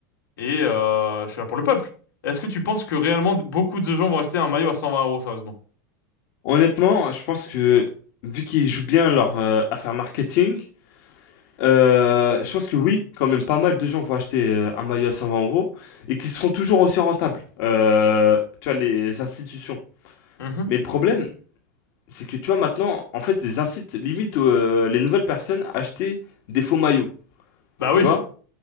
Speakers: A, on the left; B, on the left.
A: et euh, je suis là pour le peuple. Est-ce que tu penses que réellement beaucoup de gens vont acheter un maillot à 120 euros, sérieusement?
B: Honnêtement, je pense que vu qu'ils jouent bien leur euh, affaire marketing, euh, je pense que oui, quand même pas mal de gens vont acheter euh, un maillot à 120 euros et qui seront toujours aussi rentables. Euh, tu vois, les institutions.
A: Mhm.
B: Mais le problème, c'est que tu vois maintenant, en fait, ils incitent limite euh, les nouvelles personnes à acheter des faux maillots.
A: Bah oui.
B: Tu vois?